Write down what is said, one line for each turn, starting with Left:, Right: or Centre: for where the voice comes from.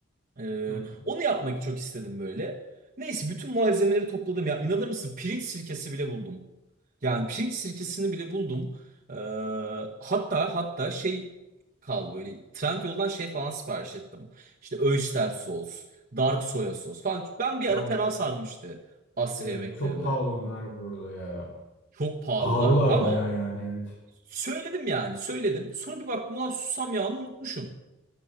Right: Ee,
Left: Hı hı.
Right: onu yapmak çok istedim böyle. Neyse bütün malzemeleri topladım ya. inanır mısın pirinç sirkesi bile buldum. Yani pirinç sirkesini bile buldum. Ee, hatta hatta şey kaldı böyle Trendyol'dan şey falan sipariş ettim. İşte Oyster sos, dark soya sos falan. Ben
Left: <laughs>
Right: bir
Left: Ya
Right: ara fena sardım işte Asya
Left: Evet
Right: yemeklerini.
Left: çok pahalı onlar burada ya.
Right: Çok pahalılar
Left: Pahalılar
Right: ama
Left: bayağı yani evet.
Right: söyledim yani söyledim. Sonra bir baktım ulan susam yağını unutmuşum.